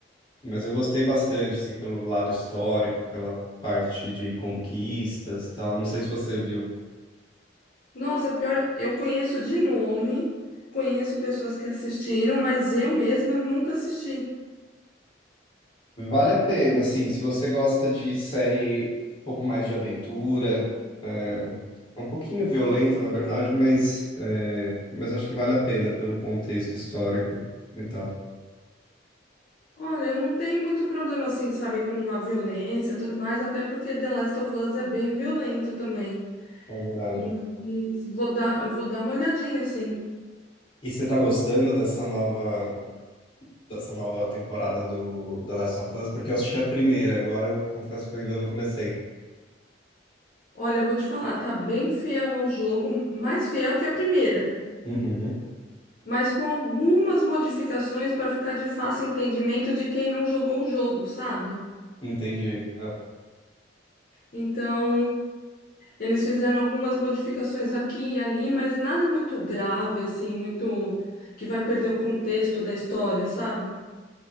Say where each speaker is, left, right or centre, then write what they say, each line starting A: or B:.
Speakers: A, on the left; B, on the left.
A: mas eu gostei bastante, assim, pelo lado histórico, pela parte de conquistas e tal. Não sei se você viu.
B: Nossa, pior, eu conheço de nome, conheço pessoas que assistiram, mas eu mesma nunca assisti.
A: Vale a pena, assim, se você gosta de série um pouco mais de aventura, é, é um pouquinho violenta, na verdade, mas, é, mas acho que vale a pena pelo contexto histórico e tal.
B: Olha, eu não tenho muito problema, assim, sabe, com a violência e tudo mais, até porque The Last of Us é bem violento também.
A: É verdade.
B: Mas vou dar, vou dar uma olhadinha assim.
A: E você tá gostando dessa nova, dessa nova temporada do The Last of Us? Porque eu assisti a primeira, agora eu confesso que eu ainda não comecei.
B: Olha, eu vou te falar, tá bem fiel ao jogo, mais fiel que a primeira,
A: Uhum,
B: mas com algumas modificações para ficar de fácil entendimento de quem não jogou o jogo, sabe?
A: entendi.
B: Então, eles fizeram algumas modificações aqui e ali, mas nada muito grave assim, muito que vai perder o contexto da história, sabe?